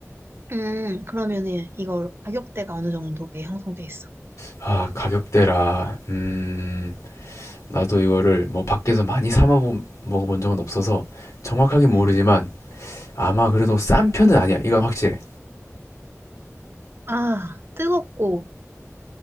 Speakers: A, on the right; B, on the left.
A: 음, 그러면은 이거 가격대가 어느 정도에 형성돼 있어?
B: 아, 가격대라. 음, 나도 이거를 뭐 밖에서 많이 사 먹어 먹어본 적은 없어서 정확하게 모르지만
A: 음.
B: 아마 그래도 싼 편은 아니야. 이건 확실해.
A: 아, 뜨겁고